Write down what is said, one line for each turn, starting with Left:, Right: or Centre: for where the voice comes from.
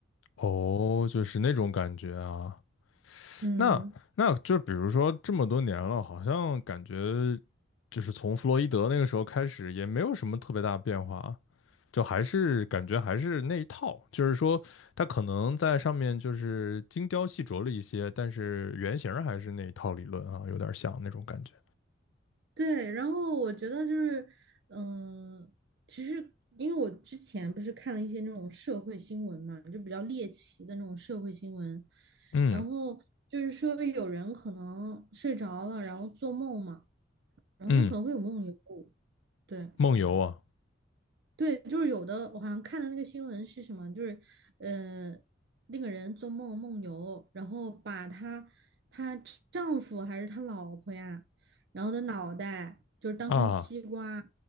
Left: 哦，就是那种感觉啊。
Right: 嗯
Left: 那那就比如说这么多年了，好像感觉就是从弗洛伊德那个时候开始，也没有什么特别大的变化啊，就还是感觉还是那一套，就是说他可能在上面就是精雕细琢了一些，但是原型儿还是那一套理论啊，有点像那种感觉。
Right: 对，然后我觉得就是，嗯、其实因为我之前不是看了一些那种社会新闻嘛，就比较猎奇的那种社会新闻，
Left: 嗯
Right: 然后就是说有人可能睡着了，然后做梦嘛，然后他可能会有梦游，
Left: 嗯，
Right: 对。
Left: 梦游啊
Right: 对，就是有的，我好像看的那个新闻是什么，就是，呃，那个人做梦梦游，然后把她她丈夫还是她老婆呀，然后的脑袋就是当成西瓜，
Left: 啊，